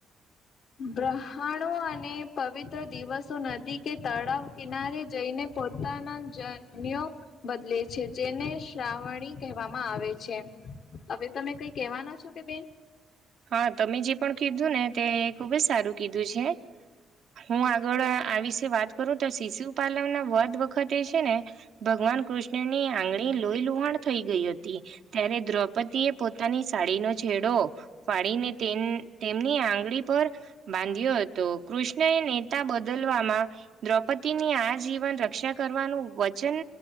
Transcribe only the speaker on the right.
હા તમે જે પણ કીધું ને તે ખુબ જ સારું કીધું છે. હું આગળ આ વિશે વાત કરું તો શિશુ પાલવ ના વદ વખત એ છે ને ભગવાન કૃષ્ણની આંગળી લોહીલુહાણ થઈ ગઈ હતી. ત્યારે દ્રૌપદી એ પોતાની સાડીનો છેડો ફાડીને તેમ તેમની આંગળી પર બાંધ્યો હતો. કૃષ્ણ એ નેતા બદલવામાં દ્રૌપદીની આ જીવન રક્ષા કરવાનું વચન